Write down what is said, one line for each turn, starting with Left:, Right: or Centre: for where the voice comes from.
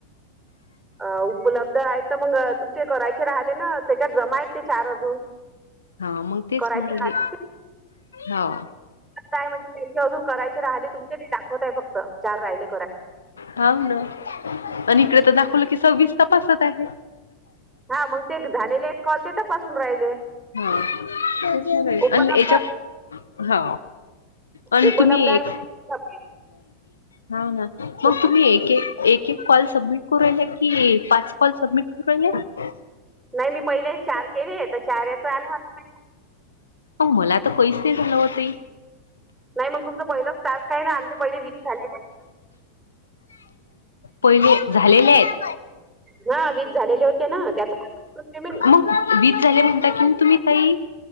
Centre: अ उपलब्ध आहेत तर मग तुमचे करायचे राहिले ना त्याच्यात जमा आहेत ते चार अजून.
Left: हा मग तेच
Centre: करायचे
Left: म्हणलं
Centre: राहिले
Left: हे हो.
Centre: काय म्हणजे त्यांचे अजून करायचे राहिले तुमचे ते दाखवत आहे फक्त चार राहिले करायचे.
Left: हा ना आणि इकडे तर दाखवलं की सव्वीस तपासात आहे.
Centre: हा मग ते झालेले एक कॉल तेथपासून राहिले.
Left: हा याच्या.
Centre: उपलब्ध
Left: हा आणि
Centre: उपलब्ध
Left: तुम्ही
Centre: आहे
Left: एक
Centre: म्हणजे
Left: ह ना मग
Centre: हं?
Left: तुम्ही एक एक कॉल सबमिट करू राहिले की, पाच पाच कॉल सबमिट करू राहिले‌.
Centre: नाही मी पहिले चार केले आहे तर चार याचा आलाता.
Left: मग मला तर पैस झालं होत ताई.
Centre: नाही मग तुमचं पहिलंच तास काय ना आमचे पहिले वीज झाले.
Left: पहिले झालेले आहेत.
Centre: हा वीस झालेले होते ना त्याचा आलं मग पेमेंट.
Left: मग वीज झाले म्हणता की तुम्ही ताई